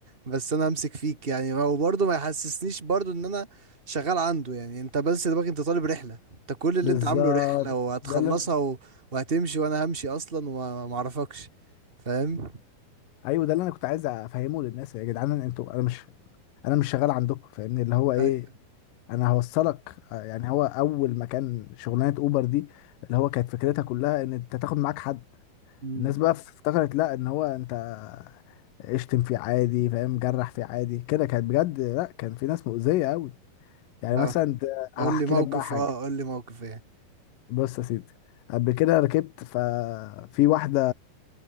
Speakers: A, on the right; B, on the left.
A: بس انا همسك فيك يعني هو برضه ما يحسسنيش برضه ان انا شغال عنده يعني انت بس دماغك انت طالب رحله انت كل اللي
B: بالظبط
A: انت عامله رحله وهتخلصها
B: ده اللي أنا-
A: و... وهتمشي وانا همشي اصلا وما ما اعرفكش فاهم
B: ايوه ده اللي انا كنت عايز افهمه للناس يا جدعان انتوا انا مش انا مش شغال عندكم فاهمني اللي هو ايه
A: أي...
B: انا هوصلك آه، يعني هو اول ما كان شغلانه اوبر دي اللي هو كانت فكرتها كلها ان انت تاخد معاك حد
A: مم.
B: الناس بقى افتكرت لا ان هو انت اشتم فيه عادي فاهم جرح فيه عادي كده كانت بجد لا كان في ناس مؤذيه قوي يعني
A: اه
B: مثلا ده-
A: قول
B: هحكي
A: لي موقف
B: لك بقى حاجه
A: اه قول لي موقف ايه
B: بص يا سيدي قبل كده ركبت ففي واحده